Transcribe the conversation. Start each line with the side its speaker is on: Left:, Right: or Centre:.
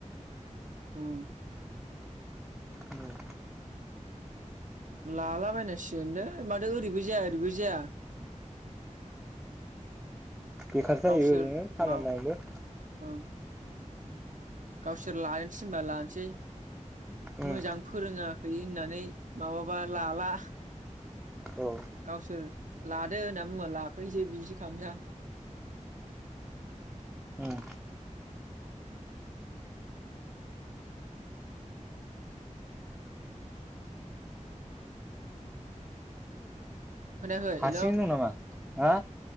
Right: उम।
Centre: उम
Right: लालाबायनांसिगोन लै माथो ओरैबो जाया ओरैबो जाया।
Centre: बेखारसो जायो
Right: गावसोर
Centre: ओरैनो खामानि
Right: माव
Centre: मावनोबो।
Right: ओं गावसोर लानो थिनबा लानोसै।
Centre: उम।
Right: मोजां फोरोङा। खै होननानै माबाबा लाला।
Centre: औ
Right: गावसोर लादो होनना बुङा लाफैनोसै बिदिसो खामसां।
Centre: उम
Right: उम। खोनायाखै
Centre: हारसिं
Right: हेलौ।
Centre: दं नामा? हा